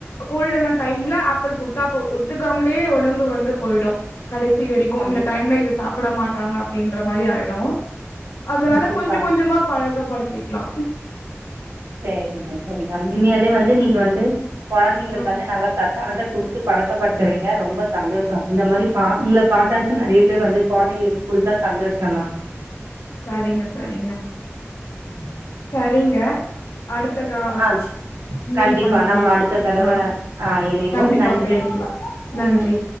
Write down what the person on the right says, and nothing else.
கண்டிப்பா
கண்டிப்பா
சேரிங்க சேரிங்க உண்மையாலயே வந்து நீங்க வந்து கொழந்தைங்களுக்கு
வந்து நல்லா சத் தானத்த குடுத்து பழக்கப்படுத்துறீங்க ரொம்ப சந்தோஷ இந்த மாரி நா உங்கல பார்த்தாச்சு நெறைய பேர் வந்து கொழந்தைங்களுக்கு குடுத்தா சந்தோஷ தா
<inaudible>
ஆ சே
கண்டிப்பா
நம்ம
அடுத்த தடவ
ஆ இணைவோம்
நன்றி